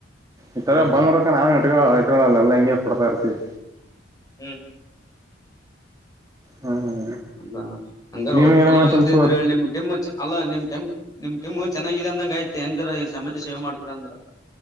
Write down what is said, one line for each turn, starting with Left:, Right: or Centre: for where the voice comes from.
Right: ಈ ತರ
Left: ಹೌದಾ
Right: ಬಂದರಕ ನಾವ ಇಟ್ಟುಗಳಲ್ಲ ಇಟ್ಕೊಳ್ಳಎಲ್ಲ ಹಿಂಗೆ ಕೊಡ್ತರೀರ್ತಿವಿ
Left: ಹೂ
Right: ಹ್ಮ್
Left: ಹೌದ ಹಂಗಾರ
Right: ನೀನು ಏನೇನ
Left: ಚಲೋ
Right: ಸ್ವಲ್ಪ
Left: ಇದಿದ್ರೆ ನಿಮ್ ಟಿಮ್ ಅಲ್ಲಾ ನಿಮ್ ಮ್ ನಿಮ್ ಟೀಮ್ ಚೆನ್ನಾಗಿದೆ ಅಂದಂಗಯ್ು ಹೆಂಗ ಸಮಾಜ ಸೇವೆ ಮಾಡ್ತ ಅಂದ್ರ